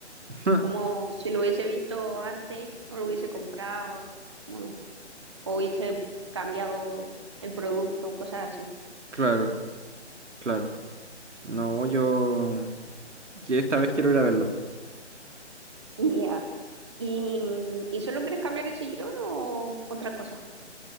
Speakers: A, on the right; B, on the right.
A: <laughs>
B: como si lo hubiese visto antes, no lo hubiese comprado. como o hubiese cambiado el producto, cosas así.
A: Claro, claro. No, yo. que esta vez quiero ir a verlo.
B: Ya. ¿Y, ¿Y solo quieres cambiar el sillón o otra cosa?